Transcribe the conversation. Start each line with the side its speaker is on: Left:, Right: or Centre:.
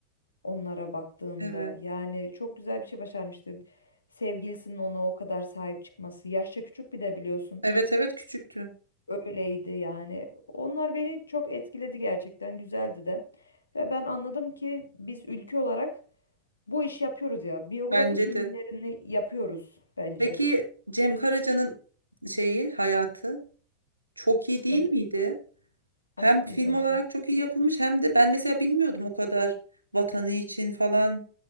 Left: onlara baktığında.
Right: Evet.
Left: Yani çok güzel bir şey başarmıştı. Sevgilisinin ona o kadar sahip çıkması. Yaşça küçük bir de biliyorsun.
Right: Evet evet küçüktü.
Left: Öyleydi yani. Onlar beni çok etkiledi gerçekten. Güzeldi de. Ve ben anladım ki biz ülke olarak bu işi yapıyoruz ya. Biyografi
Right: Bence
Left: filmlerini
Right: de.
Left: yapıyoruz bence.
Right: Peki Cem Karaca'nın şeyi, hayatı çok iyi değil
Left: Onu
Right: miydi? Hem
Left: aşkım
Right: film
Left: izlemedim.
Right: olarak çok iyi yapılmış hem de ben mesela bilmiyordum o kadar vatanı için falan